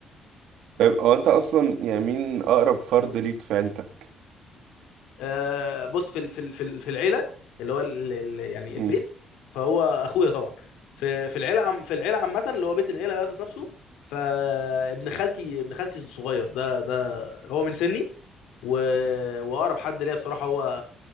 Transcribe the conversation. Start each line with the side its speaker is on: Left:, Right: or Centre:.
Right: طيب هو انت اصلا يعني مين اقرب فرد ليك في عيلتك
Left: آه، بص في ال- في ال- في ال- في العيله اللي هو ال- ال- يعني البيت
Right: امم
Left: فهو اخويا طبعا في في العيله عم في العيله عامه اللي هو بيت العيله بقى ذات نفسه فابن خالتي ابن خالتي الصغير ده ده هو من سني و... واقرب حد ليا بصراحه هو